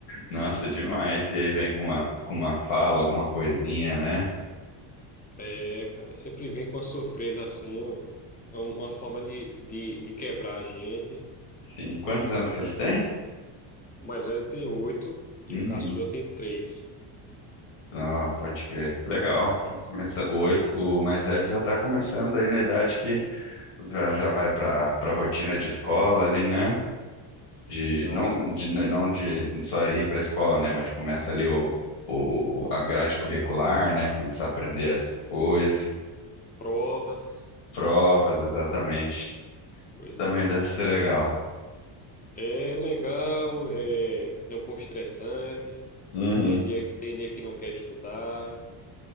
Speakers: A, on the left; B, on the left.
A: Nossa, demais. E aí vem com uma, com uma fala, alguma coisinha, né?
B: É, cara, sempre vem com uma surpresa assim, um- uma, uma forma de, de, de quebrar a gente.
A: Sim. Quantos
B: É uma
A: anos
B: graça.
A: que eles têm?
B: O mais velho tem oito e
A: Uhum.
B: o caçula tem três.
A: Ah, pode crer. Legal. Tá começando. O, oito- o mais velho já tá começando aí na idade que já, já vai pra, pra rotina de escola ali, né? De,
B: Já,
A: não, de, né, não de só ir pra escola, né? Mas começa ali o, o, a grade curricular, né? Começar a aprender
B: e
A: as coisas,
B: provas,
A: provas, exatamente.
B: pois
A: também
B: é.
A: deve ser legal.
B: É legal, é, é um pouco estressante,
A: Uhum.
B: tem dia, tem dia que não quer estudar,